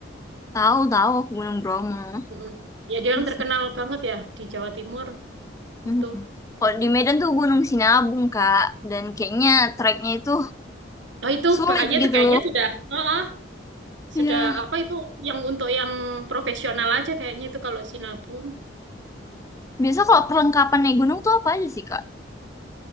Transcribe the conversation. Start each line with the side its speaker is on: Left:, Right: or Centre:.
Left: Tahu, tahu aku Gunung Bromo.
Right: Mm-mm. Ya dia
Left: Masih.
Right: yang terkenal banget ya di Jawa Timur
Left: Hmm.
Right: itu.
Left: Kalau di Medan tuh Gunung Sinabung, Kak. Dan kayaknya treknya itu
Right: Oh itu
Left: sulit
Right: bahaya
Left: gitu.
Right: tuh kayaknya sudah. Oh, oh,
Left: Iya.
Right: sudah apa itu yang untuk yang profesional aja kayaknya itu kalau sinabung
Left: Biasa kalau perlengkapan naik gunung tuh apa aja sih, Kak?